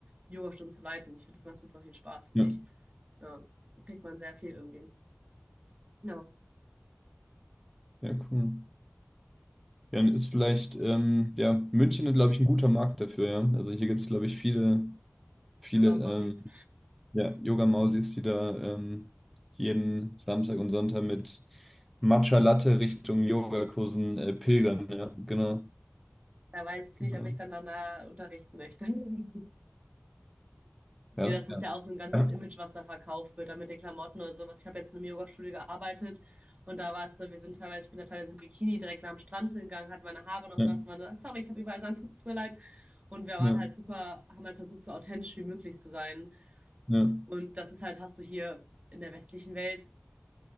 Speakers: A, on the right (about 35°); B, in the centre.
A: Yoga-Stunden zu leiten. Ich finde, das macht super viel Spaß für
B: Ja,
A: mich. Ja, kriegt man sehr viel irgendwie. Ja,
B: ja, cool. Dann ist vielleicht, ähm, ja, München, glaube ich, ein guter Markt dafür, ja. Also hier gibt es, glaube ich, viele, viele
A: Yoga-Mausis.
B: ähm, ja, Yoga-Mausis, die da ähm, jeden Samstag und Sonntag mit Matcha Latte Richtung Yogakursen äh, pilgern, ja, genau,
A: Da weiß ich
B: genau.
A: nicht, ob ich dann danach unterrichten möchte. <laughs>
B: Ja,
A: Nee, das ist
B: ja,
A: ja auch so ein ganzes
B: ja,
A: Image, was da verkauft wird, da mit den Klamotten oder sowas. Ich habe jetzt in einem Yoga Studio gearbeitet und da war es so, wir sind teilweise, ich bin da teilweise im Bikini direkt nach dem Strand hingegangen, hatte meine Haare noch
B: ja,
A: nass, war sorry, ich habe überall Sand, tut mir leid. Und wir waren
B: ja.
A: halt super, haben halt versucht, so authentisch wie möglich zu sein.
B: ja.
A: Und das ist halt, hast du hier in der westlichen Welt,